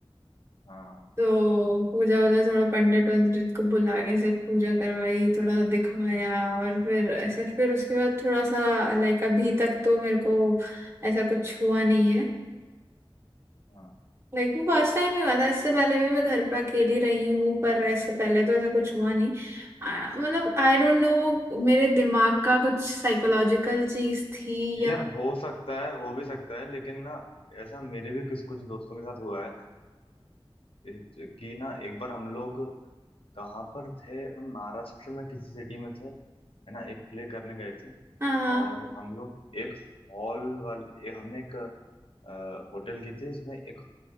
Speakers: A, on the left; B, on the right.
A: हाँ
B: तो पूजा वूजा थोड़ा पंडित वंडित को बुला के से पूजा करवाई थोड़ा दिखवाया और फिर ऐसे फिर उसके बाद थोड़ा सा लाइक अभी तक तो मेरे को ऐसा कुछ हुआ नहीं है
A: हाँ
B: लाइक वो फर्स्ट टाइम ही हुआ था इससे पहले भी मैं घर पे अकेली रही हूँ पर ऐसे पहले तो ऐसा कुछ हुआ नहीं आ, मतलब आई डोंट नो वो मेरे दिमाग का कुछ साइकोलॉजिकल चीज थी
A: यार
B: या
A: हो सकता है हो भी सकता है लेकिन ना ऐसा मेरे भी कुछ कुछ दोस्तों के साथ हुआ है अ, ए- कि ना एक बार हम लोग कहाँ पर थे हम महाराष्ट्र में किसी सिटी में थे है ना एक प्ले करने गए थे
B: हाँ
A: और हम लोग एक हॉल वाले ए- हमने एक अ, होटल की थी उसमें एक